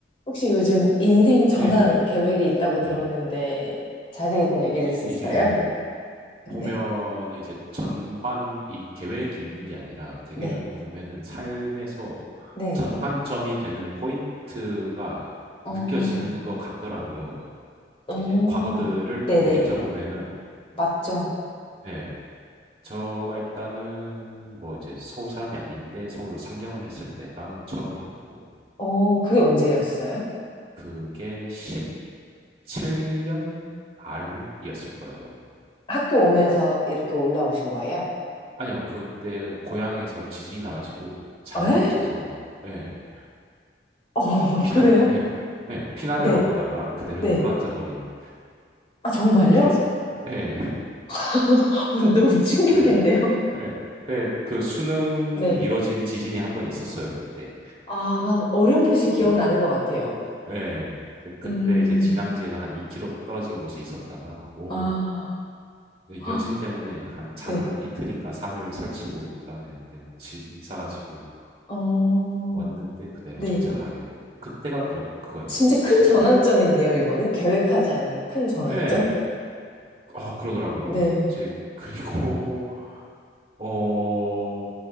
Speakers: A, on the left; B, on the right.
A: 혹시 요즘 인생 전환
B: 네,
A: 계획이 있다고 들었는데
B: 네.
A: 자세히 좀 얘기해 줄 수
B: 이게
A: 있어요?
B: 보면은
A: 네.
B: 이제 전환 이 계획이 있는 게 아니라 대개는
A: 네,
B: 보면은 삶에서
A: 네.
B: 전환점이 되는 포인트가
A: 어,
B: 느껴지는 것 같더라고요.
A: 어,
B: 이제 과거들을
A: 네네.
B: 돌이켜 보면은
A: 맞죠?
B: 예, 저가 일단은 뭐 이제 서울 사람이 아닌데 서울로 상경을 했을 때가 처음이었고
A: 어, 그게 언제였어요?
B: 그게 17년 말이었을 거예요.
A: 학교 오면서 이렇게 올라오신 거예요?
B: 아니요, 그때 고향에서 지진이 나가지고 잠을
A: 에?
B: 못 자서, 예,
A: 어,
B: 피난,
A: <laughs> 그래요?
B: <laughs> 예, 예, 피난을
A: 네,
B: 왔다가 그대로
A: 네.
B: 눌러 앉아버린
A: 아, 정말요?
B: 케이스. 예,
A: <laughs> 너무 충격인데요?
B: 예, 예. 그, 그 수능
A: 네.
B: 미뤄진 지진이 한 번 있었어요, 그때.
A: 아, 어렴풋이 기억나는
B: 음.
A: 것 같아요.
B: 예, 이제 그때
A: 음,
B: 이제 진앙지에서 한 2km 떨어진 곳에 있었다가, 오,
A: 아, 헉,
B: 여진 때문에 한 잠을
A: 네.
B: 한 이틀인가 사흘 설치고, 그다음에 그냥 짐 싸가지고
A: 어,
B: 왔는데 그대로
A: 네.
B: 정착을 하게 됐. 그때가 그 그거였고,
A: 진짜
B: 사실은.
A: 큰 전환점인데요, 이거는. 계획하지 않은 큰 전환점?
B: 예, 어, 그러더라고요.
A: 네.
B: 이제, 그리고, <laughs> 어,